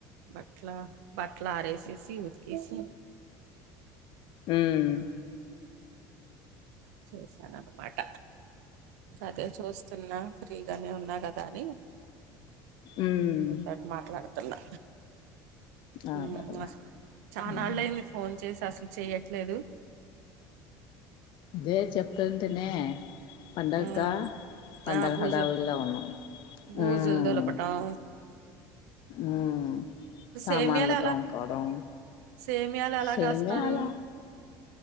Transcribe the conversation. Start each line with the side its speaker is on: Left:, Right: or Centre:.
Right: బట్లా బాట్లారేసేసి ఉత్కేసి
Left: ఉమ్
Right: చేశానన్నమాట అదే చూస్తున్నా ఫ్రీగానే ఉన్నా కదా అని.
Left: ఉమ్
Right: నీతోటి మాట్లాడతున్నా
Left: అదేలే
Right: ఉమ్ అ చాన్నాళ్ళు
Left: ఉమ్
Right: అయింది ఫోన్ చేసి అసలు చెయ్యట్లేదు
Left: అదే చెప్తుంటేనే పండక్కా
Right: ఉమ్
Left: పండగ
Right: ఆ బూజు
Left: హడావిడిలో ఉన్నాం
Right: బూజులు
Left: ఉమ్
Right: దులపటం
Left: ఉమ్ సామాన్లు
Right: సేమియాలు ఎలా
Left: తోముకోవడం.
Right: సేమియాలు ఎలా
Left: సేమే
Right: కాస్తారు?
Left: అలా